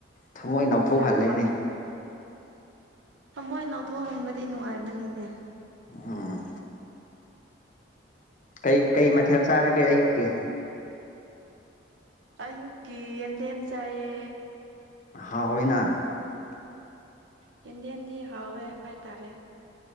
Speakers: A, on the left; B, on the right.
A: ꯊꯃꯣꯏ ꯅꯥꯎꯊꯣꯛꯍꯜꯂꯦꯅꯦ
B: ꯌꯥꯝ ꯐ ꯊꯃꯣꯏ ꯅꯥꯊꯣꯛꯍꯟꯕꯗꯤ ꯅꯨꯡꯉꯥꯏꯕꯅꯤꯅꯦ
A: ꯎꯝ ꯀꯩ ꯀꯩ ꯃꯊꯦꯜ ꯆꯥꯔꯒꯦ ꯑꯌꯨꯛꯀꯤ
B: ꯑꯌꯨꯛꯀꯤ ꯌꯦꯟꯗꯦꯝ ꯆꯥꯏꯌꯦ
A: ꯍꯥꯎꯅ
B: ꯀꯦꯟꯗꯦꯜꯗꯤ ꯍꯥꯎꯋꯦ ꯍꯥꯏꯇꯥꯔꯦ